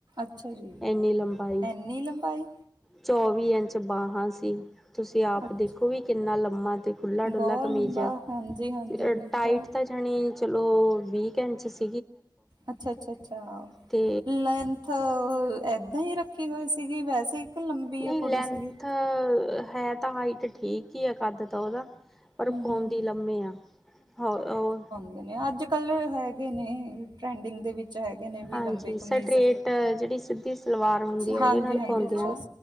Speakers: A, on the right; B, in the centre.
A: ਅੱਛਾ ਜੀ
B: ਇੰਨੀ ਲੰਬਾਈ
A: ਇੰਨੀ ਲੰਬਾਈ
B: ਚੌਵੀ ਇੰਚ ਬਾਹਾਂ ਸੀ ਤੁਸੀਂ ਆਪ
A: ਅੱਛਾ
B: ਦੇਖੋ ਵੀ ਕਿੰਨਾ ਲੰਬਾ ਲਮਾਂ ਤੇ ਖੁੱਲਾ ਡੁੱਲਾ
A: ਬਹੁਤ
B: ਕਮੀਜ਼
A: ਲੰਬਾ ਹਾਂਜੀ ਹਾਂਜੀ
B: ਤੇ
A: ਬਿਲਕੁਲ
B: ਟਾਈਟ ਤਾਂ ਚਲੋ ਵੀ ਕੇ ਇੰਚ ਸੀ
A: ਅੱਛਾ ਅੱਛਾ ਅੱਛਾ,
B: ਤੇ
A: ਲੈ ਲੈਂਦਾ ਏਦਾਂ ਹੀ ਰੱਖੀ ਹੋਈ ਸੀਗੀ ਵੈਸੇ ਲੰਬੀ
B: ਨਈ
A: ਆ
B: ਲੈਂਥ
A: ਕੁੜੀ ਸੀਗੀ
B: ਹੈ ਤਾਂ ਹਾਈਟ ਠੀਕ ਈ ਆ ਕੱਦ ਤਾ ੳਦਾ।
A: ਹੂੰ
B: ਪਰ ਪੳੰਦੀ
A: ਹੂੰ ਹੂੰ
B: ਲੰਮੇ ਆ, ਹੋਰ ੳਹ
A: ਨਈ ਅੱਜ-ਕਲ ਹੈਗੇ ਨੇ ਟਰੈਂਡਿੰਗ ਦੇ ਵਿੱਚ ਹੈਗੇ ਨੇ ਵੀ
B: ਹਾਂਜੀ
A: ਲੰਬੇ ਕਮੀਜ਼
B: ਸਟਰੇਟ ਜੇੜੀ ਸਿੱਧੀ ਸਲਵਾਰ ਹੁੰਦੀ ਆ
A: ਹਾਂਜੀ
B: ੳਦੇ ਨਾਲ
A: ਹਾਂਜੀ
B: ਪੋੳਦੇ
A: ਅੱਛਾ
B: ਏ ਨਾ